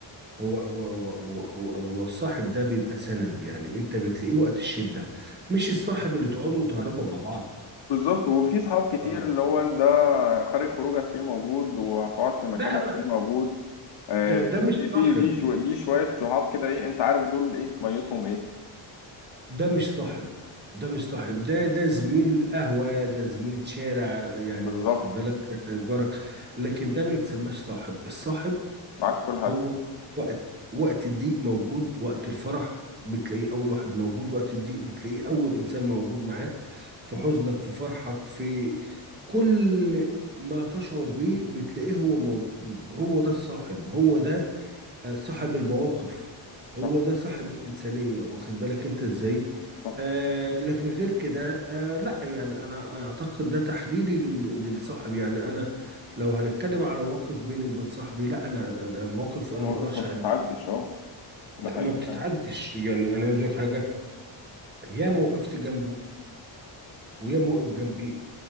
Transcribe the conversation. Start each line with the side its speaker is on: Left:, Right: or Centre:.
Right: هو هو هو هو هو هو الصاحب ده بيبقى سند يعني انت بتلاقيه وقت الشده مش الصاحب اللي تقعدوا وتهرجوا مع بعض
Left: بالظبط وفي صحاب كتير
Right: آه
Left: اللي هو ده خارج خروج هتلاقيه موجود وهتقعد في مكان
Right: لا
Left: هتلاقيه
Right: ما
Left: موجود آه،
Right: ده
Left: في
Right: ده مش
Left: في في
Right: صاحب
Left: دي شو دي شوية صحاب كده ايه انت عارف دول ايه ميتهم ايه
Right: ده مش صاحب ده مش صاحب ده ده زميل قهوه ده زميل شارع يعني
Left: بالظبط
Right: واخد بالك آه، جارك لكن ده ما يتسماش صاحب الصاحب
Left: معاك في كل
Right: هو
Left: حاجة
Right: وقت وقت الضيق موجود وقت الفرح بتلاقيه أول واحد موجود وقت الضيق بتلاقيه أول إنسان موجود معاك في حزنك في فرحك في كل ما تشعر بيه بتلاقيه هو موجود هو ده الصاحب هو ده آه، صاحب المواقف
Left: صح
Right: هو ده صاحب الإنسانية واخد بالك انت ازاي
Left: صح
Right: آه لكن غير كده آه لا يعني انا اعتقد ده تحليلي لل- للصاحب يعني انا لو هنتكلم على مواقف بيني وبين صاحبي لا انا انا مواقف
Left: مواقف
Right: انا ما اقدرش
Left: ما بتتعدش
Right: اعدها
Left: اه ده
Right: لا
Left: حقيقي
Right: ما بتتعدش
Left: فعلا
Right: يعني انا عايز أقول لك حاجه يا ما وقفت جنبه ويا ما وقف جنبي